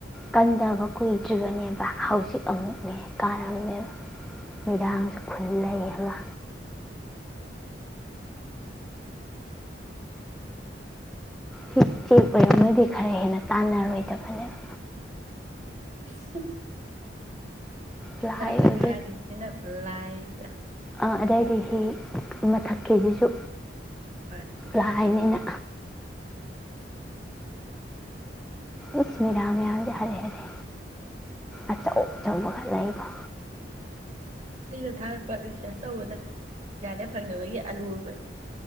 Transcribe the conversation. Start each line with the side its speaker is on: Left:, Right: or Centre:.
Centre: ꯀꯟꯗꯕ ꯀꯨꯏꯗ꯭ꯔꯤꯕꯅꯦꯕ ꯍꯧꯖꯤꯛ ꯑꯃꯨꯛꯅꯦ ꯀꯥꯔꯝꯃꯦꯕ ꯅꯨꯃꯤꯗꯥꯡꯁꯨ ꯈꯨꯜ ꯂꯩꯌꯦꯕ ꯁꯤ ꯆꯦꯛ ꯑꯣꯏꯔꯝꯒꯗꯤ ꯈꯔ ꯍꯦꯟꯅ ꯇꯥꯟꯅꯔꯣꯏꯗꯕꯅꯦꯕ
Right: <inaudible>
Centre: ꯄ꯭ꯂꯥꯏ
Right: ꯐꯔꯛꯛꯇ
Centre: ꯑꯣꯏꯕ
Right: ꯈꯔꯤꯁꯤꯦ ꯂ ꯑꯩꯗ
Centre: ꯑꯥ ꯑꯗꯨꯏꯗꯤ ꯁꯤ ꯃꯊꯛꯀꯤꯁꯤꯁꯨ
Right: ꯍꯣꯏ
Centre: ꯂꯍꯥꯏꯅꯦꯅ ꯏꯁꯁ ꯃꯤꯔꯥ ꯃꯌꯥꯝꯁꯦ ꯍꯥꯏꯔꯦ ꯍꯥꯏꯔꯦ ꯑꯆꯧ ꯑꯆꯧꯕꯒ ꯂꯩꯕ
Right: ꯁꯤꯗ ꯊꯥꯔꯛꯄ ꯔꯤꯁꯔꯁ ꯇꯧꯕꯗ ꯌꯥꯔꯦ ꯐꯪꯅꯕꯒꯤ ꯑꯂꯨꯕ